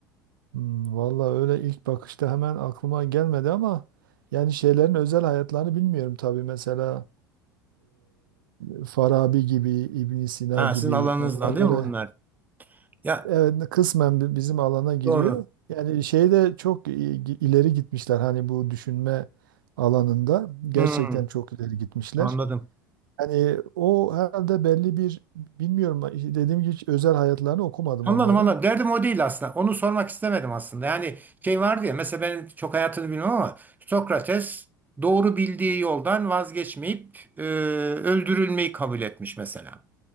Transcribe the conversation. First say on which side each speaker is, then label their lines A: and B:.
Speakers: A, on the right (about 75°); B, on the right (about 15°).
A: Hmm, vallahi öyle ilk bakışta hemen aklıma gelmedi ama yani şeylerin özel hayatlarını bilmiyorum tabii. Mesela e, Farabi gibi, ibn Sina
B: Ha,
A: gibi
B: sizin alanınızdan
A: onlar
B: değil
A: böyle
B: mi bunlar? Ya
A: evet, kısmen bi- bizim alana giriyor.
B: doğru.
A: Yani şeyde çok i- ileri gitmişler hani bu düşünme alanında gerçekten
B: Hmm,
A: çok ileri gitmişler.
B: anladım.
A: Hani o herhalde belli bir bilmiyorum dediğim gibi hiç özel hayatlarını okumadım
B: Anladım
A: onların.
B: anladım. Derdim o değil aslında. Onu sormak istemedim aslında. Yani şey vardı ya mesela benim çok hayatını bilmem ama Sokrates doğru bildiği yoldan vazgeçmeyip e, öldürülmeyi kabul etmiş mesela.